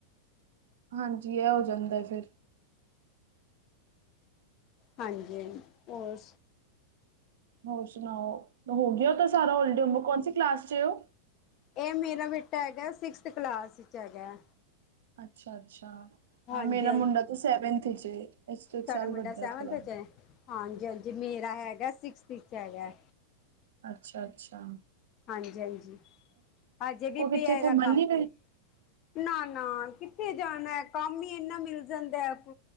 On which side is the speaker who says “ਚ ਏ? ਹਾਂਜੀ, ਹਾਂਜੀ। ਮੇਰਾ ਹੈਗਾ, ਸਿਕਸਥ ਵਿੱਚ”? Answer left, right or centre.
Left